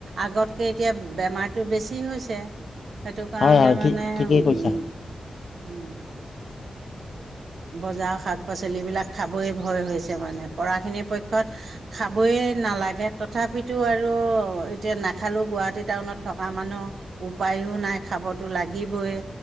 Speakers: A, on the right; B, on the left.
A: আগতকে এতিয়া বেমাৰতটো বেছি হৈছে সেইটো কাৰণে
B: হয় হয় ঠিক
A: মানে
B: ঠিকেই
A: উম
B: কৈছা
A: বজাৰ শাক পাচলিবিলাক খাবয়ই ভয় হৈছে মানে পঢ়াখিনিৰ পক্ষত খাবয়ে নালাগে তথাপিতো আৰু এতিয়া নাখালো গুৱাহাটী টাউনত থকা মানুহ উপায়ো নাই খাবতো লাগিবইে